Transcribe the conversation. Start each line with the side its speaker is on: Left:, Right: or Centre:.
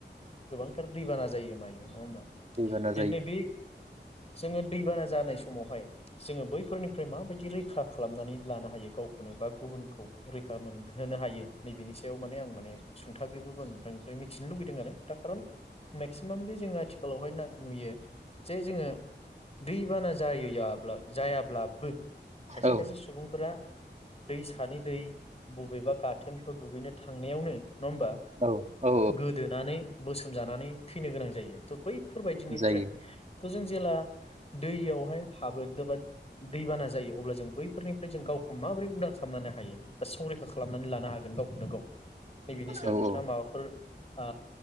Left: गोबांथार दैबाना जायो मायो नङा होमबा
Right: दै बाना
Left: दिनै बे जोङो दैबाना जानाय समावहाय जोङो बैफोरनिफ्राय माबायदि रैखा खालामनानै लानो हायो गावखौ बा गुबुनखौ रैखा मोनहोनो हायो नैबेनि सायाव माने आं माने सुंथाब बैबाबो आं नोंथांनिफ्राय मिथिनो लुबैदों आरो दा खारन मेक्सिमामलि जोङो आथिखालावहाय ना नुयो जे जोङो दैबाना जायैयाब्ला जायाब्ला बो खायसे
Right: औ
Left: खायसे सुबुंफोरा दै सानि दै बबेबा गाथोन थ' दुगैनो थांनायावनो नङा होमबा
Right: औ औ
Left: गोदोनानै बोसोम जानानै थैनो गोनां जायो ट' बै फोरबायदिनिफ्राय
Right: जायो
Left: थ'जों जेला दैयावहाय हाबोदबा दैबाना जायो अब्ला जों बैफोरनिफ्राय जों गावखौ माबोरै उदां खालामनो हायो बा संरैखा खालामनानै लानो हागोन गावखौनो गाव नैबेनि सायाव
Right: औ
Left: नोंथाङा
Right: औ
Left: माबाफोर ओ